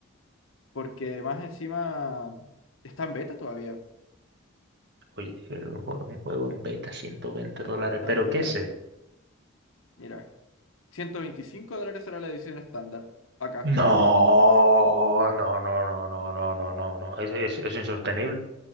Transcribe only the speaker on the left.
porque más encima está en beta todavía,
está
en beta,
mira. 125 dólares será la edición estándar. Acá.